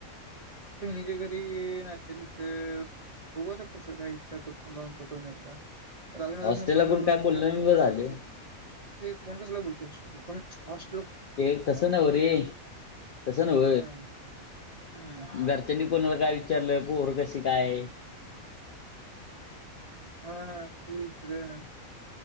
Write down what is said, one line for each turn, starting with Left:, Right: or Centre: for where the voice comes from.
Right: बहिणीच्या घरी नाहीतर इथं बघू आता कसं काही विचारतो फोन लावून करून एकदा राहू दे नाहीतर
Left: हॉस्टेलला
Right: म तू बी
Left: कोण काय बोललं
Right: <unintelligible>
Left: नाही झाले
Right: ए फोन कशाला बोलतोयस देव पण ऑस्ट
Left: ते तस नव रे तस नव
Right: हा हा.
Left: घर त्यांनी कोणाला काय विचारलं पोर कशी काय?
Right: हा तीच र